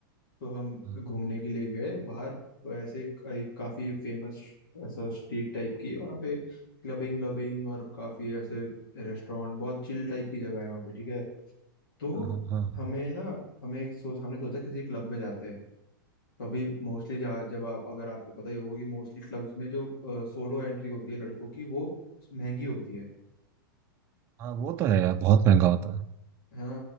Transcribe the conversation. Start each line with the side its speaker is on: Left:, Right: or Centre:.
Left: तो हम
Right: हाँ
Left: घूमने के लिए गए बाहर तो ऐसे एक, एक काफी फेमस ऐसा स्ट्रीट टाइप की है वहाँ पे क्लबिंग क्लबिंग और काफी ऐसे रेस्टोरेंट बहुत चिल टाइप की जगह है वहाँ पे ठीक है तो
Right: हाँ हाँ हाँ।
Left: हमें ना हमें एक सोच हमने सोचा किसी क्लब में जाते हैं तो अभी मोस्टली जब आप अगर आपको पता ही होगा कि मोस्टली क्लब्स में जो सोलो एंट्री होती है लड़कों की वो महंगी होती है
Right: हाँ वो तो है यार बहुत महंगा होता है
Left: है ना